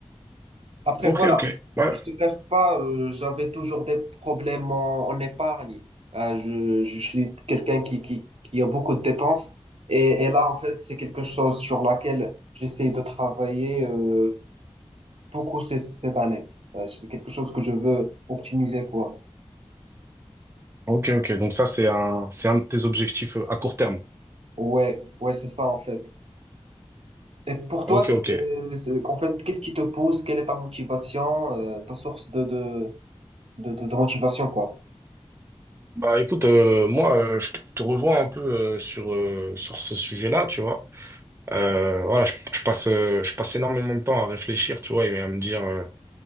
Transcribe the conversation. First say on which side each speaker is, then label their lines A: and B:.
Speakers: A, on the right; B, on the right.
A: Après,
B: Ok,
A: voilà,
B: ok. Ouais.
A: je te cache pas, euh, j'avais toujours des problèmes en, en épargne. Euh, je, je suis quelqu'un qui, qui, qui a beaucoup de dépenses. Et, et là, en fait, c'est quelque chose sur laquelle j'essaie de travailler euh, beaucoup ces- cette année. Euh, c'est quelque chose que je veux optimiser, quoi.
B: Ok, ok. Donc ça, c'est un, c'est un de tes objectifs euh, à court terme.
A: Ouais, ouais, c'est ça, en fait. Et pour
B: Ok,
A: toi, c'est,
B: ok.
A: c'est, c'est- en fait, qu'est-ce qui te pousse? Quelle est ta motivation, euh, ta source de, de, de, de de motivation, quoi?
B: Bah écoute, euh, moi, euh, je te je te revois un peu euh, sur, euh, sur ce sujet-là, tu vois. Euh, voilà, je, je passe, euh, je passe énormément de temps à réfléchir, tu vois, et à me dire. euh,